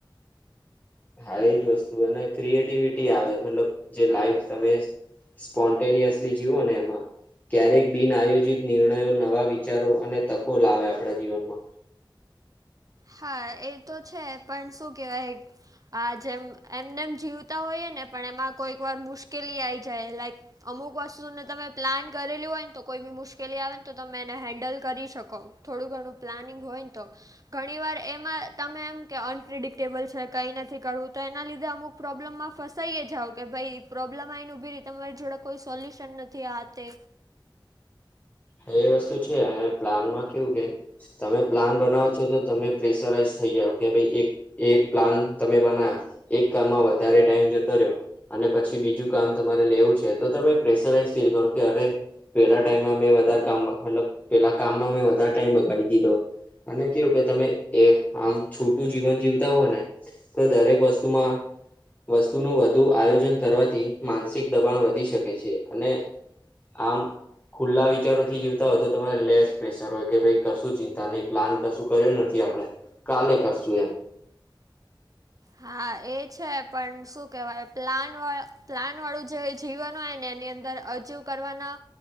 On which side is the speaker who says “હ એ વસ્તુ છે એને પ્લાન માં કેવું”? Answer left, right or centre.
Left